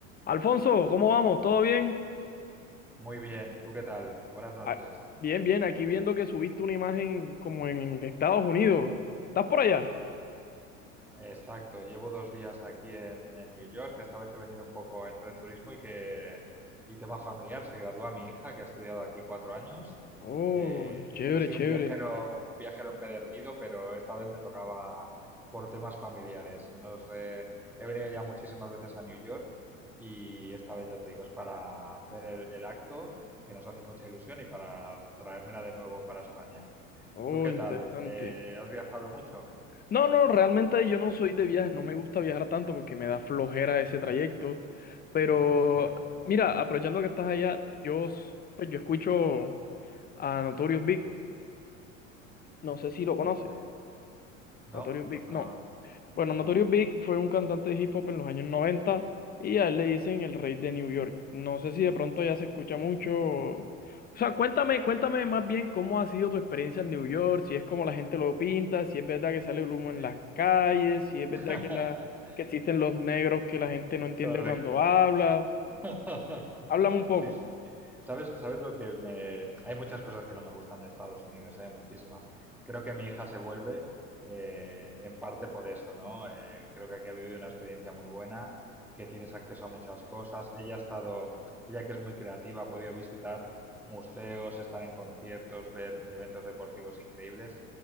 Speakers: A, on the left; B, in the centre.
A: Alfonso, ¿cómo vamos? ¿Todo bien?
B: Muy bien, ¿tú qué tal? Buenas noches.
A: Ah, bien, bien, aquí viendo que subiste una imagen como en Estados Unidos. ¿Estás por allá?
B: Exacto, llevo dos días aquí en, en New York. Esta vez he venido un poco entre turismo y que y tema familiar. Se gradúa mi hija, que ha estudiado aquí cuatro años.
A: Oh,
B: Eh, yo,
A: chévere,
B: yo soy
A: chévere.
B: un viajero, un viajero empedernido, pero esta vez me tocaba por temas familiares. No sé, he venido ya muchísimas veces a New York y esta vez ya te digo, es para ver el, el acto, que nos hace mucha ilusión, y para traérmela de nuevo para España.
A: Oh,
B: ¿Tú qué
A: interesante.
B: tal? Eh, ¿has viajado mucho?
A: No, no, realmente yo no soy de viajes, no me gusta viajar tanto porque me da flojera ese trayecto. Pero
B: Muy bien.
A: mira, aprovechando que estás allá, yo, s- pues yo escucho a Notorious Big, no sé si lo conoces.
B: Sí.
A: Notorious
B: No,
A: Big,
B: pues no,
A: no. Bueno, Notorious
B: no.
A: Big fue un cantante de hip hop en los años 90 y a él le dicen el rey de New York. No sé si de pronto ya se escucha mucho. O sea, cuéntame, cuéntame más bien cómo ha sido tu experiencia en New York, si es como la gente lo pinta, si es verdad que sale el humo en
B: Sí.
A: las calles, si es verdad
B: <laughs>
A: que, la, que existen los negros que la gente no entiende
B: Correcto.
A: cuando habla.
B: <laughs>
A: Háblame un poco,
B: Sí, sí. ¿Sabes, sabes lo que me... Hay muchas cosas que no me gustan de Estados Unidos, hay muchísimas. Creo que mi hija se vuelve eh, en parte por eso, ¿no? Eh, creo que aquí ha vivido una experiencia muy buena, que tienes acceso a muchas cosas. Ella ha estado, ella que es muy creativa, ha podido visitar museos, estar en conciertos, ver eventos deportivos increíbles.